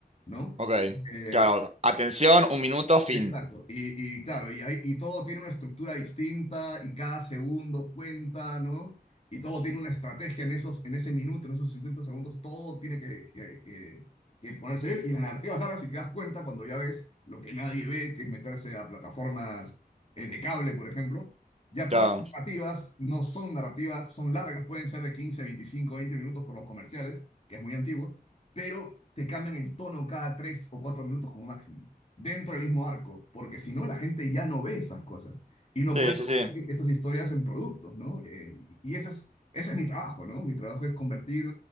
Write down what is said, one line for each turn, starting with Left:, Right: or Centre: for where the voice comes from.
Left: ¿no?
Right: Ok.
Left: Eh,
Right: Claro, atención, un minuto, fin.
Left: Exacto. Y, y claro, y, hay- y todo tiene una estructura distinta y cada segundo cuenta, ¿no? Y todo tiene una estrategia en esos, en ese minuto, en esos 60 segundos, todo tiene que, que, que- que ponerse bien. Y en las narrativas largas, si te das cuenta, cuando ya ves lo que nadie ve, que es meterse a plataformas eh, de cable, por ejemplo, ya
Right: Claro.
Left: todas las narrativas no son narrativas, son largas, pueden ser de 15 25 20 minutos por los comerciales, que es muy antiguo, pero te cambian el tono cada 3 o 4 minutos como máximo dentro del mismo arco, porque si no la gente ya no ve esas cosas y no
Right: Sí,
Left: puede convertir
Right: sí, sí,
Left: esas historias en productos, ¿no? Eh, y ese es, ese es mi trabajo, ¿no? Mi trabajo es convertir